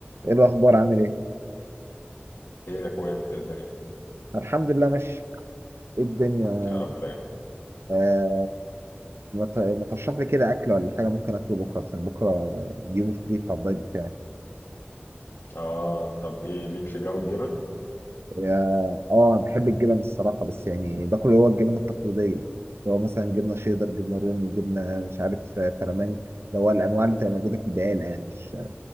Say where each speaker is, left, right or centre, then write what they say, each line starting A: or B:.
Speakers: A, on the right; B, on the left.
A: ايه الاخبار عامل ايه
B: خير يا اخويا انت الدنيا
A: الحمد لله ماشي ايه الدنيا
B: يا رب دايما
A: آه ما ت- ما ترشح لي كده اكل ولا حاجه ممكن اكله بكره عشان بكره يوم فري بتاع الدايت بتاعي
B: اه طب ايه ليك في جو الجبن
A: اه آه، بحب الجبن الصراحه بس يعني باكل اللي هو الجبن التقليديه اللي هو مثلا جبنه شيدر جبنه رومي جبنه مش عارف آه، فلامنك اللي هو الانواع اللي تبقى موجوده في البقاله يعني مش